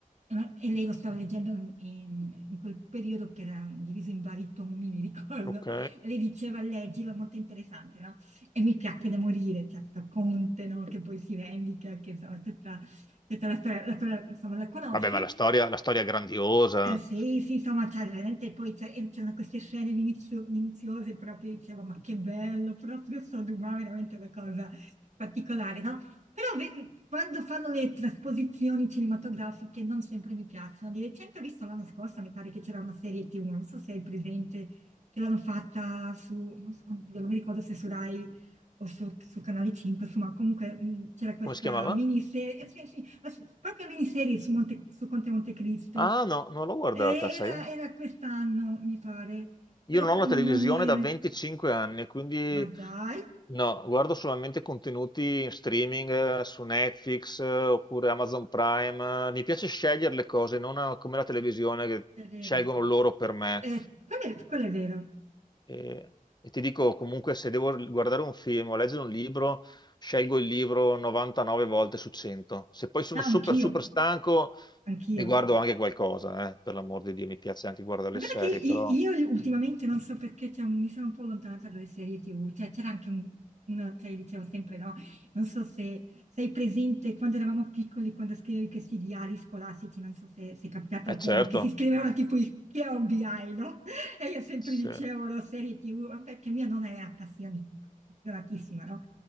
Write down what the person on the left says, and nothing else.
Ok.
Vabbè, ma la storia, la storia è grandiosa.
Come si chiamava?
Ah, no, non l'ho guardata,
sai?
Io
non ho
la televisione
da 25 anni, quindi
no, guardo solamente contenuti in streaming eh, su Netflix eh, oppure Amazon Prime. Mi piace scegliere le cose, non eh, come la televisione che
scelgono loro per me.
E, e ti dico comunque, se devo guardare un film o leggere un libro, scelgo il libro 99 volte su 100. Se poi sono
super,
super stanco,
mi guardo anche qualcosa, eh, per l'amor di Dio, mi piace anche guardare
le
serie,
però
è
certo.
Sì.